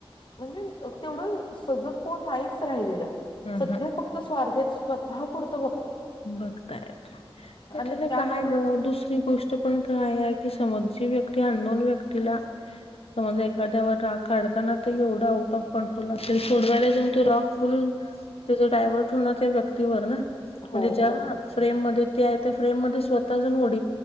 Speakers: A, on the left; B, on the left.
A: म्हणजे तेवढं सजग कोण नाहीच राहिलेलं
B: ह
A: सगळ
B: ह
A: फक्त स्वारथ्या. स्वतः पुरत व.
B: बघताय
A: आणि
B: त्याला
A: त्या
B: काय
A: नादात
B: ग
A: कि
B: दुसरी गोष्ट पण काय. ती समज जी व्यक्ती अ दोन व्यक्तीला. समज एखाद्यावर राग काढताना तर एवढं आउट ऑफ कंट्रोल असेल सोडवायला जाऊन तो राॉग फुल. त्याच डायवर्ट होणार त्या व्यक्तीवर ना
A: हो
B: म्हणजे ज्या
A: हो
B: फ्रेम मध्ये ते आहे त्या फ्रेम मध्ये स्वतःजून डी